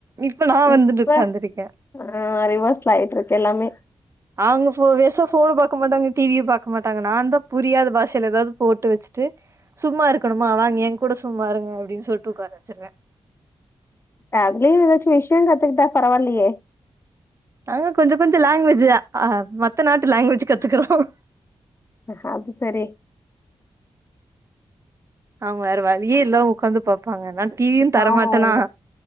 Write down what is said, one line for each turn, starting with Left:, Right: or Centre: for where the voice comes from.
Right: இப்ப நா வந்துட்டு
Left: இப்ப
Right: உட்காந்துருக்கே
Left: ஆ ரிவர்ஸ்ட் ஆயிட்டுருக்கு எல்லாமே
Right: அவங்க போர் இயர்ஸ் ஆஹ் போனு பாக்கமாட்டாங்க டிவியும் பாக்க மாட்டாங்க நான்தான் புரியாத பாஷையில ஏதாவது போட்டு வச்சுட்டு சும்மா இருக்கணுமா வாங்க என் கூட சும்மா இருங்க அப்படின்னு சொல்ட்டு உட்காரவச்சிருவேன்
Left: அதிலியும் ஏதாச்சும் விஷயம் கத்துக்கிட்டா பரவால்லியே
Right: நாங்க கொஞ்சம் கொஞ்சம் லாங்குவேஜ்ஹ மத்த நாட்டு லாங்குவேஜ் கத்துக்குறோம்
Left: ஆ அது சரி
Right: ஆமா வேற வழியே இல்ல உக்காந்து பாப்பாங்க நான் டிவியும்
Left: பாவோ
Right: தரமாட்டனா
Left: அவுங்க